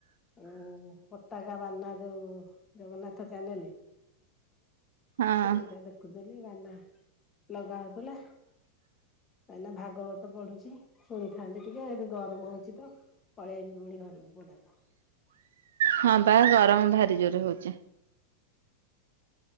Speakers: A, on the left (about 25°); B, on the right (about 60°).
A: ଆ ପତାକା ବାନା ଯୋଉ ଜଗନ୍ନାଥ ଚ୍ୟାନେଲ।
B: ହଁ
A: ସେଇଟା ଦେ ପୁରୀ ବାନା ଲଗା ହଉଥିଲା ଏଇନା ଭାଗବତ ପଢୁଛି। ଶୁଣିଥାନ୍ତି ଟିକେ ଏଠି ଗରମ ହଉଛି ତ ପଳେଇଆଇଲି ପୁଣି ଘରକୁ <inaudible>
B: ହଁ ବା ଗରମ ଭାରି ଜୋରେ ହଉଚି।